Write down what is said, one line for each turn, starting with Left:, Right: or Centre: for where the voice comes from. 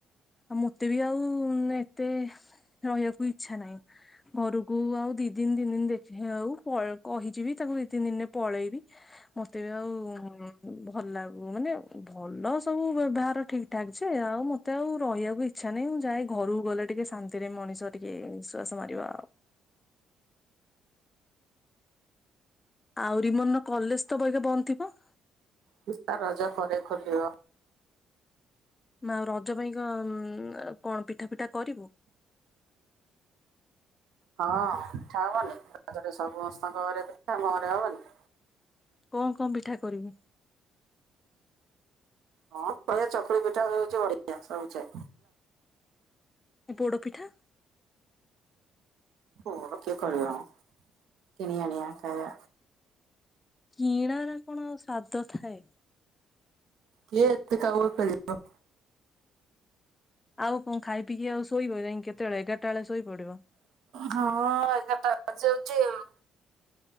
Left: ଆଉ ମତେ ବି ଆଉ ଏତେ ରହିବାକୁ ଇଛା ନାହିଁ। ଘରକୁ ଆଉ ଦି ଦିନ ତିନି ଦିନ ଦେଖେ ଆଉ କହିଚିବି ତାକୁ ଦି ତିନି ଦିନରେ ପଳେଇବି। ମତେ ବି ଆଉ ଉଁ ଭଲ ଲାଗୁ ମାନେ ଭଲ ସବୁ ବ୍ୟବହାର ଠିକ୍ ଠାକ୍ ଯେ ଆଉ ମ ମତେ ଆଉ ରହିବାକୁ ଇଚ୍ଛା ନାହିଁ ମୁଁ ଯାଏ ଘକୁ ଗଲେ ଟିକେ ଶାନ୍ତିରେ ମଣିଷ ଟିକେ ନିଶ୍ଵାସ ମାରିବା ଆଉ। ଆହୁରି ମନ କଲେଜ ତ ଏବେ ବନ୍ଦ ଥିବ।
Right: <unintelligible> ରଜ ପରେ ଖୋଲିବ।
Left: ମ ରଜ ପାଇଁ କଣ ପିଠା ପିଠା କରିବୁ?
Right: ହଁ ପିଠା ହବନି ରଜରେ ସମସ୍ତଙ୍କ ଘରେ ପିଠା ଆମ ଘରେ ହବନି।
Left: କଣ କଣ ପିଠା କରିବୁ?
Right: କଣ କରିବା ଚକୁଳି ପିଠା ହୋଉଚି ବଢିଆ ହେଲା ସବୁଛେ।
Left: ପୋଡ ପିଠା?
Right: ପୋଡ କିଏ କରିବ ମ କିଣି ଆଣିବା ଖାଇବା।
Left: କିଣାର କଣ ସ୍ଵାଦ ଥାଏ।
Right: କିଏ ଏତେ କାମ କରିବ।
Left: ଆଉ କଣ ଖାଇ ପିଇକି ଆଉ ଶୋଇବ ଯାଇ କେତେବେଳେ ଏଗାରଟାବେଳେ ଶୋଇ ପଡିବ।
Right: ହଁ ଏଗାରଟା ବାଜିଯାଉଚି ଆଉ।